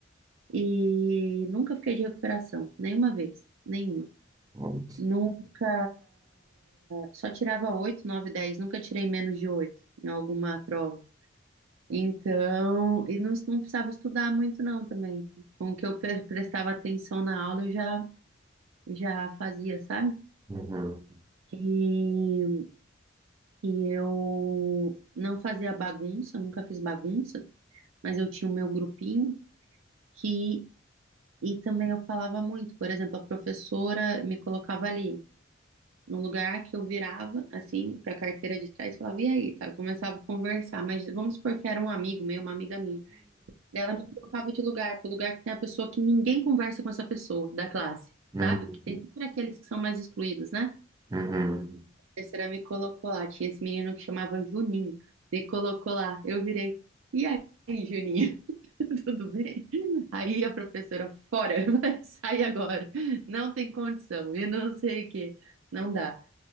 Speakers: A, on the right (about 85°); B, on the right (about 20°).
A: e nunca fiquei de recuperação nenhuma vez, nenhuma.
B: Uhum,
A: Nunca, só tirava 8, 9, 10. nunca tirei menos de 8 em alguma prova. Então, e não, não precisava estudar muito não também. Com o que eu pre- prestava atenção na aula, eu já, já fazia, sabe?
B: uhum,
A: E, e eu não fazia bagunça, nunca fiz bagunça. mas eu tinha o meu grupinho que e também eu falava muito, por exemplo, a professora me colocava ali num lugar que eu virava assim para a carteira de trás, e falava e aí, tá? Eu começava a conversar, mas vamos supor que era um amigo meu, uma amiga minha. Daí Ela me colocava de lugar, pro lugar que tem a pessoa que ninguém conversa com essa pessoa da classe,
B: uhum,
A: sabe? Que tem sempre aqueles que são mais excluídos, né?
B: uhum.
A: A professora me colocou lá, tinha esse menino que chamava Juninho, me colocou lá, eu virei. E aí, Juninho? <laughs> Tudo bem? Aí a professora, fora, <laughs> vai sair agora. Não tem condição. E não sei o quê. Não dá.